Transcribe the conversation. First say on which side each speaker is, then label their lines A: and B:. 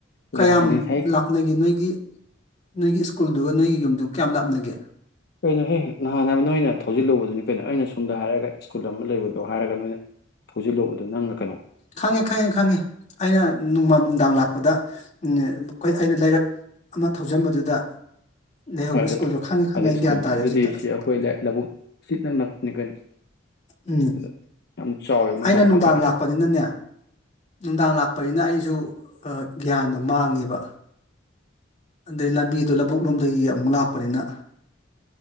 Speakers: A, on the left; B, on the left.
A: ꯂꯤꯂꯥ
B: ꯀꯌꯥꯝ
A: ꯁꯥꯟꯅꯩ ꯉꯁꯥꯏ
B: ꯂꯥꯥꯞꯅꯒꯦ ꯅꯣꯏꯒꯤ ꯅꯣꯏꯒꯤ ꯁ꯭ꯀꯨꯜꯗꯨꯒ ꯅꯣꯏꯒꯤ ꯌꯨꯝꯗꯨ ꯀꯌꯥꯝ ꯂꯥꯞꯅꯒꯦ
A: ꯀꯩꯅꯣꯍꯦ ꯅꯍꯥꯟ ꯑꯃ ꯅꯣꯏꯅ ꯊꯧꯖꯤꯜꯂꯨꯕꯗꯨꯅꯤ ꯀꯩꯅꯣ ꯑꯩꯅ ꯁꯣꯝꯗ ꯍꯥꯏꯔꯒ ꯁ꯭ꯀꯨꯜ ꯑꯃ ꯂꯩꯕꯗꯣ ꯍꯥꯏꯔꯒ ꯅꯣꯏꯅ ꯊꯧꯖꯤꯜꯂꯨꯕꯗꯣ ꯅꯪꯅ
B: ꯈꯪꯉꯦ ꯈꯪꯉꯦ ꯈꯪꯉꯦ ꯑꯩꯅ ꯅꯣꯡꯃ ꯅꯨꯡꯗꯥꯡ ꯂꯥꯛꯄꯗ ꯑꯩꯈꯣꯏ ꯑꯩꯅ ꯂꯥꯏꯔꯛ ꯑꯃ ꯊꯧꯖꯟꯕꯗꯨꯗ ꯂꯩꯍꯧꯕ
A: ꯍꯣꯏ ꯑꯗꯨ
B: ꯁ꯭ꯀꯨꯜꯗꯣ ꯈꯪꯉꯦ ꯈꯪꯉꯦ
A: ꯑꯗꯨ
B: ꯑꯩ
A: ꯁ꯭ꯀꯨꯜꯗ
B: ꯒ꯭ꯌꯥꯟ ꯇꯥꯔꯦ
A: ꯑꯗꯨꯗꯤ
B: ꯍꯧꯖꯤꯛꯇ
A: ꯁꯤ ꯑꯩꯈꯣꯏ ꯂꯧꯕꯨꯛ ꯁꯤ ꯏꯅꯛ ꯅꯛꯄꯅꯤ ꯀꯩꯅꯣ
B: ꯎꯝ
A: ꯑꯗꯨꯗ ꯌꯥꯝ ꯆꯥꯎꯋꯦ ꯃꯣꯏ
B: ꯑꯩꯅ
A: ꯂꯝꯄꯥꯛ
B: ꯅꯨꯡꯗꯥꯡ
A: ꯀꯩꯀꯩ
B: ꯂꯥꯛꯄꯅꯤꯅꯅꯦ ꯅꯨꯡꯗꯥꯡ ꯂꯥꯛꯄꯅꯤꯅ ꯑꯩꯁꯨ ꯒ꯭ꯌꯥꯟꯗꯣ ꯃꯥꯡꯉꯤꯕ ꯑꯗꯩ ꯂꯝꯕꯤꯗ ꯂꯧꯕꯨꯛ ꯂꯣꯝꯗꯒꯤ ꯑꯃꯨꯛ ꯂꯥꯛꯄꯅꯤꯅ